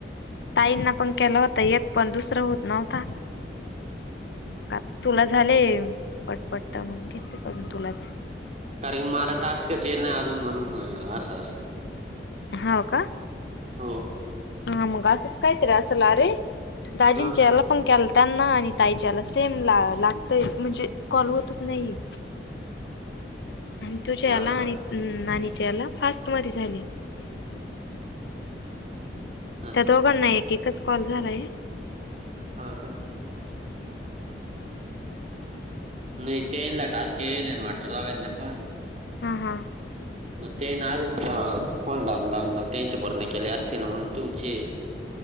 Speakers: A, on the left (about 75°); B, on the right (about 40°).
A: ताईंना पण केला होता एक पण दुसरं होत नव्हता. म आता तुला झाले पटपट तर मग घेतले करून तुलाच.
B: कारण की मरा टास्कच येल नाही अजून म्हणून म असं असंल.
A: हाव का.
B: हो.
A: हा मग असचं काय तरी असल आरे दाजींनंच्या
B: हां.
A: याला पण केला त्यांना आणि ताईच्या याला सेम ला लागतय म्हणजे कॉल होतच नाही. आणि तुझ्या
B: हां
A: याला
B: का?
A: आणि नाणीच्या याला फास्ट मध्ये झाले.
B: असं.
A: त्या दोघांना एक एकच कॉल झालाय आ.
B: हा का.
A: हम्म.
B: नाही त्यनला टास्क यायले ना वाटतं दोघांना पण.
A: हा हा.
B: मग ते आहे ना आधी फोन लावून लावून त्यांची पूर्ण केली असतील ना म्हणून तुमचे